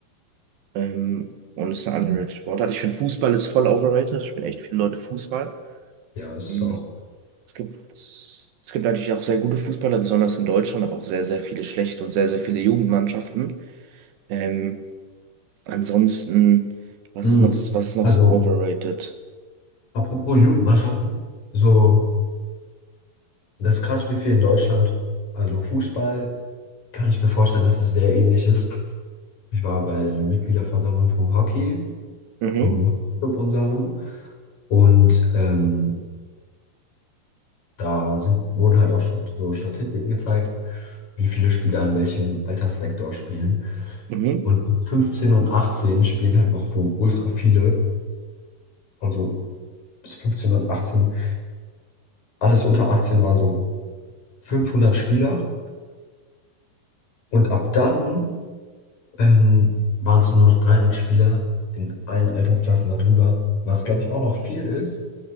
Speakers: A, on the right; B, on the left.
A: Ähm, und ist eine underrated Sportart. Ich finde, Fußball ist voll overrated. Ich spielen echt viele Leute Fußball.
B: Ja, ist
A: Mhm.
B: es auch.
A: Es gibt, es gibt natürlich auch sehr gute Fußballer, besonders in Deutschland, aber auch sehr, sehr viele schlechte und sehr, sehr viele Jugendmannschaften. Ähm, ansonsten, was
B: Mm.
A: ist noch, was ist noch
B: Also,
A: so overrated?
B: apropos Jugendmannschaften, so, das ist krass, wie viel in Deutschland. Also, Fußball kann ich mir vorstellen, dass es sehr ähnlich ist. Ich war bei der Mitgliederversammlung vom Hockey,
A: Mhm,
B: vom Hockeyclub unserem. Und ähm, da sind, wurden halt auch so Statistiken gezeigt, wie viele Spieler in welchem Alterssektor spielen.
A: mhm,
B: Und mit 15 und 18 spielen halt noch so ultra viele. Also bis 15 und 18, alles unter 18 waren so 500 Spieler und ab dann ähm, waren es nur noch 300 Spieler in allen Altersklassen darüber, was glaube ich auch noch viel ist,